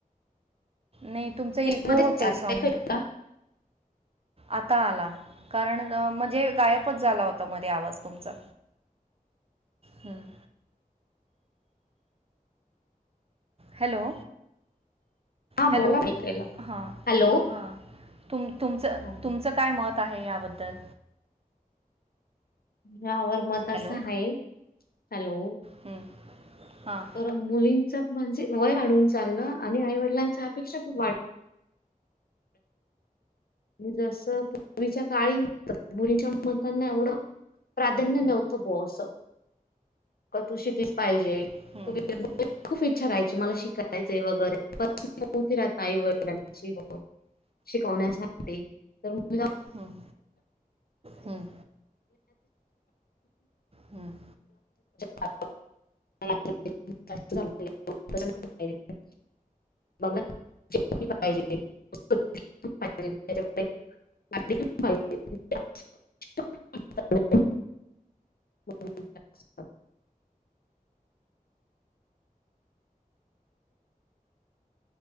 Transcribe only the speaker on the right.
नाही तुमचा इको
होतोय साऊंड. आता आला कारण म्हणजे गायबच झाला होता मध्ये आवाज तुमचा. हम्म. हॅलो
हॅलो
हां
हां. तुम तुमचा
तुमचा काय मत आहे याबद्दल?
हॅलो
हं, हां
हम्म.
हं, हं, हं.